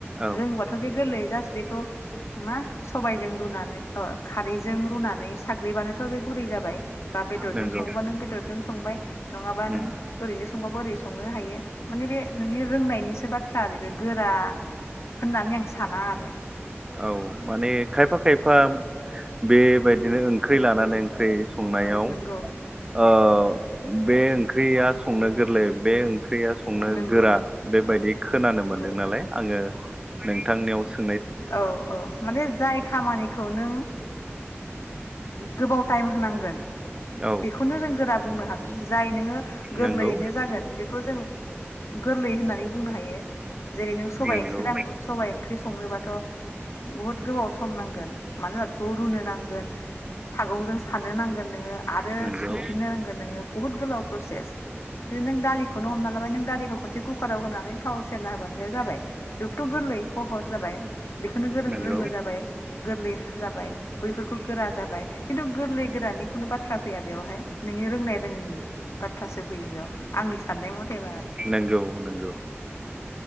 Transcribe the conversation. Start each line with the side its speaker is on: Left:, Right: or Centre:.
Right: औ
Left: रोङोबाथ' बे गोरलैयै जास्ट बेखौ मा सबाइजों रुनानै अ खारैजों रुनानै साग ग्लैबानोथ' बे गुरै जाबाय बा बेदरजों
Right: नंगौ
Left: सङोबा नों बेदरजों संबाय नङाबा
Right: उम
Left: नों ओरैनो संबाबो ओरै संनो हायो माने बे नोंनि रोंनायनिसो बाथ्रा आरो बे गोरा होननानै आं साना आरो
Right: औ माने खायफा खायफा बेबायदिनो ओंख्रि लानानै ओंख्रि संनायाव
Left: नंगौ
Right: ओ बे ओंख्रिया संनो गोरलै बे ख्रिया संनो
Left: नंगौ
Right: गोरा बेबायदि खोनानो
Left: नंगौ
Right: मोन्दों नालाय आङो नोंथांनियाव सो
Left: औ-औ माने जाय खामानिखौ नों गोबाव टाइम होनांगोन
Right: औ
Left: बेखौनो जों गोरा बुंनो हागोन जाय नोङो गोरलैयैनो
Right: नंगौ
Left: जागोन बेखौ जों गोरलै होननानै बुंनो हायो। जेरै नों सबाइ
Right: नंगौ
Left: ओंख्रि दां सबाइ ओंख्रि संनोबाथ थ' बुहुद गोबाव सम नांगोन मानो होनबा बेखौ रुनो नांगोन सागंजों सानो नांगोन नोङो आरो
Right: नंगौ
Left: संफिननो रोंगोन नोङो बुहुत गोलाव प्रसेस बेदि नों दालि <unintelligible> बेखौनो हमना लाबाय नों गारिखौ खनसे कुकाराव होनानै थावाव सेरना होबानो जाबाय बेखौथ गोरलै खहस जाबाय बेखौनो गोरों
Right: नंगौ
Left: रोङो जाबाय गोरलै जाबाय बैफोरखौ गोरा जाबाय खिन्थु गोरलै गोरानि खुनु बाथ्रा फैया बेयावहाय नोंनि रोंनाय रोङैनि बाथ्रा सो। फैयो बेयाव आंनि साननाय मथेबा आरो
Right: नोंगौ नोंगौ